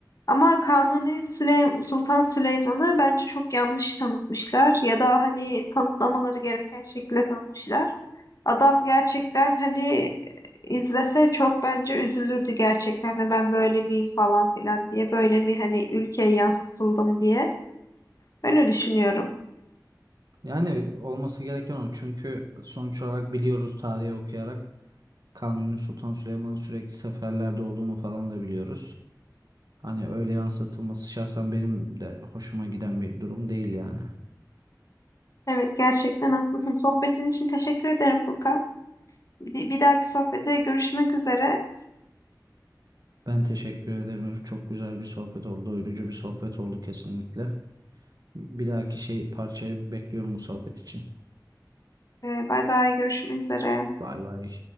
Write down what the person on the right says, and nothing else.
Yani olması gereken o çünkü sonuç olarak biliyoruz tarihi okuyarak Kanuni Sultan Süleyman'ın sürekli seferlerde olduğunu falan da biliyoruz. Hani öyle yansıtılması şahsen benim de hoşuma giden bir durum değil yani.
Ben teşekkür ederim. Elif. Çok güzel bir sohbet oldu. Doyurucu bir sohbet oldu kesinlikle. Bir dahaki şey parçayı bekliyorum bu sohbet için.
Bay bay.